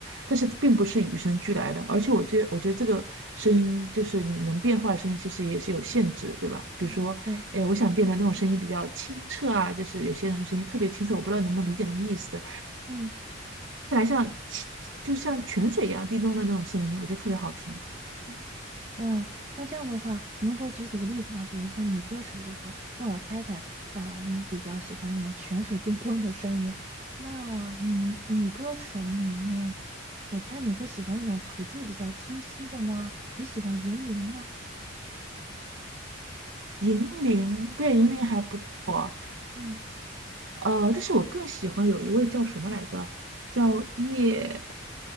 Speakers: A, on the right (about 60°); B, on the right (about 30°).
A: 但是并不是与生俱来的，而且我觉我觉得这个声音就是你能变化的声音，其实也是有限制，对吧？比如说，
B: 嗯，对，
A: 哎，我想变得那种声音比较清澈啊，就是有些人的声音特别清澈，我不知道能不能理解那种意思。
B: 嗯
A: 看来像清就像泉水一样叮咚的那种声音，我觉得特别好听。
B: 嗯，呃，那这样的话，你能给我举几个例子吗？比如说女歌手里头，让我猜猜，啊，你比较喜欢那种泉水叮咚的声音。那女明女歌手里面，我猜你会喜欢那种吐字比较清晰的吗？你喜欢银铃吗？
A: 银铃，对，
B: 嗯
A: 银铃还不错，
B: 嗯
A: 呃，但是我更喜欢有一位叫什么来着，叫叶，
B: 嗯，